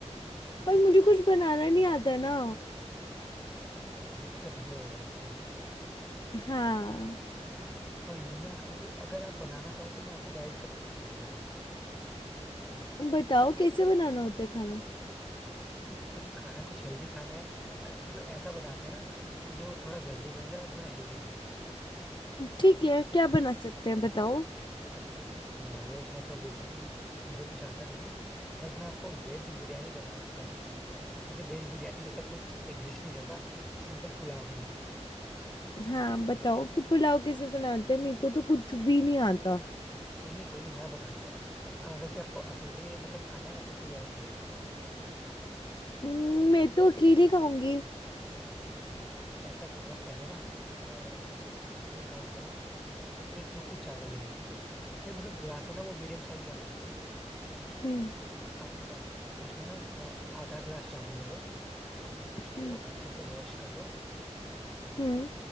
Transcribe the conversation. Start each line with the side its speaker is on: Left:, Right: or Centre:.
Left: पर मुझे कुछ बनाना नहीं आता ना
Centre: दिक्कत ये है मतलब
Left: हाँ
Centre: कोई नहीं मैं मतलब अगर आप बनाना चाहो तो मैं आपको गाइड कर सकता हूँ बाय द वे
Left: बताओ कैसे बनाना होता है खाना
Centre: ये पूरा खाना कुछ हेल्दी खाना है अ, मतलब ऐसा बनाते हैं ना कि जो थोड़ा जल्दी बन जाए और थोड़ा हेल्दी भी हो
Left: ठीक है क्या बना सकते हैं बताओ
Centre: हाँ, देखो मतलब नॉनवेज में तो बेसिकली मुझे कुछ आता नहीं है बट मैं आपको वेज बिरयानी बनाना सिखा सकता हूँ वैसे वेज बिरयानी जैसा कुछ एग्जिस्ट नहीं करता सिंपल पुलाव ही है वो
Left: हाँ बताओ कि पुलाव कैसे बनाते हैं मेरे को तो कुछ भी नहीं आता
Centre: कोई नहीं कोई नहीं मैं बता देता हूँ अ, वैसे आपको अकेले मतलब खाना है या फिर कोई और भी है
Left: हम्म, मैं तो अकेली खाऊंगी
Centre: हाँ फिर ठीक है ऐसा करो आप पहले ना अ, आप एक काम करो अ, एक मुट्ठी चावल ले लो ठीक है या फिर मतलब ग्लास है ना वो मीडियम साइज वाली
Left: हम्म
Centre: आपके पास उसमें ना अ, आधा ग्लास चावल ले लो
Left: हम्म
Centre: उसको अच्छे से वॉश कर लो
Left: हम्म,